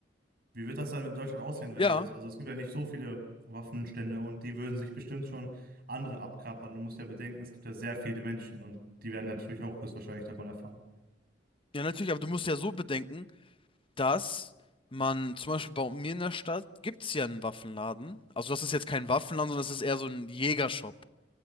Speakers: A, on the right (about 55°); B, on the left (about 30°).
A: wie wird das dann mit Deutschland aussehen, wenn
B: Ja,
A: wir das, also es gibt ja nicht so viele Waffenstände und die würden sich bestimmt schon andere abkapern. Du musst ja bedenken, es gibt ja sehr viele Menschen und die werden natürlich auch höchstwahrscheinlich davon erfahren.
B: ja, natürlich, aber du musst ja so bedenken. dass man zum Beispiel bei mir in der Stadt gibt es ja einen Waffenladen. Also das ist jetzt kein Waffenladen, sondern das ist eher so ein Jägershop.